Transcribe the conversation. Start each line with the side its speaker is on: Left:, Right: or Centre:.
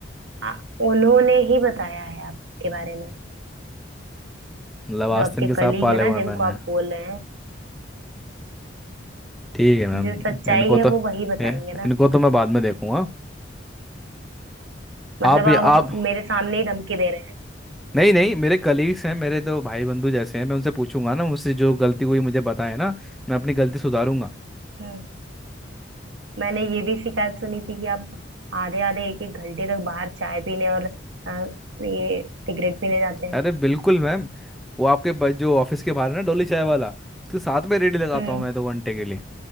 Right: आ, उन्होंने ही बताया है आपके बारे में
Centre: मतलब आस्तीन
Right: जो आपके
Centre: के
Right: कलीग
Centre: साथ पाले
Right: है ना
Centre: हुए हैं
Right: जिनको
Centre: मैंने
Right: आप बोल रहे हैं
Centre: ठीक है मैम
Right: जो सच्चाई
Centre: इनको
Right: है
Centre: तो
Right: वो वही बताएंगे
Centre: ए,
Right: ना
Centre: इनको तो मैं बाद में देखूंगा
Right: मतलब
Centre: आप भी
Right: आप अब
Centre: आप
Right: मेरे सामने ही धमकी दे रहे हैं
Centre: नहीं नहीं मेरे कलीग्स हैं मेरे तो भाई बंधु जैसे हैं मैं उनसे पूछूंगा ना मुझसे जो गलती हुई मुझे बताएं ना मैं अपनी गलती सुधारूंगा
Right: हम्म मैंने ये भी शिकायत सुनी थी कि आप आधे आधे एक एक घंटे तक बाहर चाय पीने और अ, ये सिगरेट पीने जाते हैं
Centre: अरे बिल्कुल मैम वो आपके ब- जो ऑफिस के बाहर है ना डोली चाय वाला उसके साथ में रेडी लगाता
Right: हम्म
Centre: हूँ मैं दो घंटे के लिए